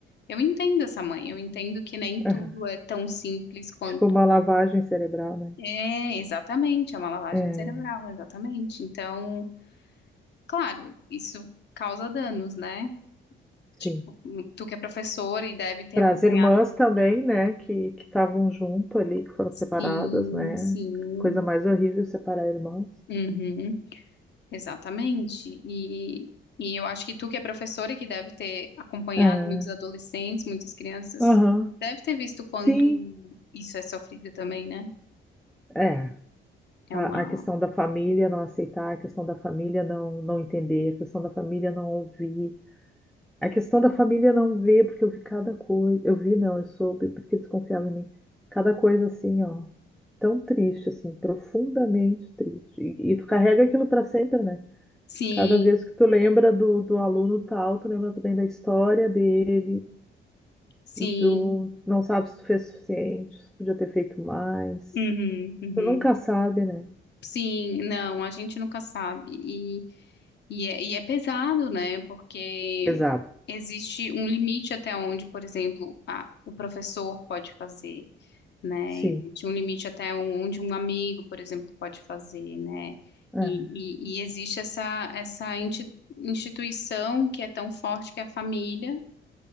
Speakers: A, on the left (about 60°); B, in the centre.
A: Eu entendo essa mãe, eu entendo que nem tudo
B: aham.
A: é tão simples quanto
B: Tipo uma lavagem cerebral, né?
A: é, exatamente, é uma lavagem
B: É,
A: cerebral, exatamente. Então, claro, isso causa danos, né? Tipo,
B: sim.
A: tu que é professor e deve ter
B: Para
A: acompanhado.
B: as irmãs também, né, que que estavam junto ali, que foram
A: Sim,
B: separadas, né?
A: sim.
B: Coisa mais horrível separar irmãos.
A: Uhum. Exatamente. E, e eu acho que tu, que é professora e que deve ter acompanhado
B: É,
A: muitos adolescentes, muitas crianças,
B: Aham.
A: deve ter visto o quanto
B: Sim,
A: isso é sofrido também, né?
B: é. A,
A: É uma.
B: a questão da família não aceitar, a questão da família não, não entender, a questão da família não ouvir, a questão da família não ver, porque eu vi cada coisa. Eu vi, não, eu soube, porque desconfiava em mim. Cada coisa assim, ó. Tão triste, assim, profundamente triste. E, e tu carrega aquilo para sempre, né?
A: Sim,
B: Cada vez que tu lembra do, do aluno tal, tu lembra também da história dele
A: sim,
B: e tu não sabe se tu fez o suficiente, se podia ter feito mais.
A: uhum, uhum.
B: Tu nunca sabe, né?
A: Sim, não, a gente nunca sabe. E, e, é, e é pesado, né? Porque
B: Pesado.
A: existe um limite até onde, por exemplo, a, o professor pode fazer. né?
B: Sim.
A: Existe um limite até um- onde um amigo, por exemplo, pode fazer, né?
B: É.
A: E, e, e existe essa, essa inti- instituição que é tão forte que é a família